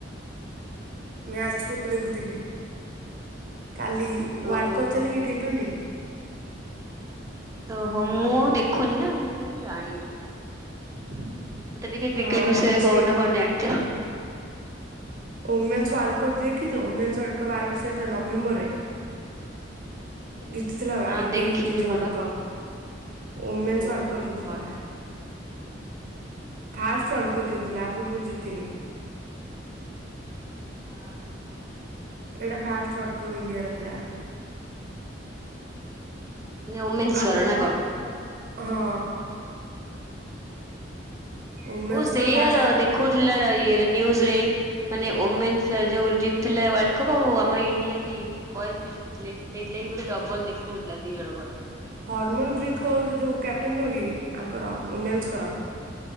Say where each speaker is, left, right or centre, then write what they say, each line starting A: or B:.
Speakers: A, on the right (about 45°); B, on the right (about 15°).
A: ମ୍ୟାଚ୍ ମୁଦେଖୁଥିଲି କାଲି
B: ତ
A: ୱାର୍ଲଡ କପ୍ ଅ କିଟଣ୍ଟି।
B: ତହୋ ମୁଁ ଆଉ ଦେଖୁନିନା ମୁଁ ବି ଆଉ ଜାଣିନି।
A: <inaudible>
B: ମତେ ଟିକେ କ୍ରିକେଟ୍
A: ହଁ
B: ବିଷୟରେ
A: ଓମେନ୍ସ
B: କହୁନ
A: ଟିମ୍ ର ମ୍ୟା
B: କଣ ଜାଣିଚ?
A: ଓମେନ୍ସ ୱାର୍୍କପ୍ ଦେଖିଥିଲ ଓମେନ୍ସ ୱା୍ପ ଆର ବର୍ଷ ହେଇଥିଲା ନଭେମ୍ବରରେ? ଜିତିଥିଲାବା
B: ନା
A: ଇଣ୍ଡିଆ
B: ଦେଖିନି
A: ଜିତିଚି
B: ମୁଁ
A: ୱାର୍ଡ
B: ବା
A: କପ୍ women
B: ଓ
A: world
B: my
A: cup ଜିତିଥିଲା।
B: god
A: ଫାଷ୍ଟ ୱାର୍ଲଡ କପ୍ ଜିତିଥିଲା ଆପୂର୍ବରୁ ଜିତିନି।
B: ହଁ ହଁ।
A: ଏଇଟା ଫାଷ୍ଟ ୱାର୍ଲଡ କପ୍ ଇଣ୍ଡିଆର ଥିଲା।
B: ମାନେ ଓମେନ୍ସଙ୍କର
A: ଆ ପୂର୍ବରୁ
B: ନା କଣ?
A: ହଁ। ଓମେନ୍ସଙ୍କର
B: ଓ ସେଇଆ
A: ଫାଷ୍ଟ ୱାର୍ଲଡ କପ୍
B: ଦେଖଉଥିଲା ଇଏରେ ନିୁଜରେ। ମାନେ ଓମେନ୍ ଯୋଉ ଜିତିଥିଲା ୱାର୍ କପ୍ ଆଉ ଆମର ଇଣ୍ଡିଆବି ବଏସ୍ ବି ଥିଲେ ସେଇଥିଲାଗି ବୋଧେ ଡବଲ ଦେଖଉଥିଲା ଦି ଜଣଙ୍କର।
A: ହରମନପତ କୌର ଯୋଉ କ୍ୟାପ୍ଟେନରକି ଆଙ୍କର ମେନ୍ସଙ୍କର?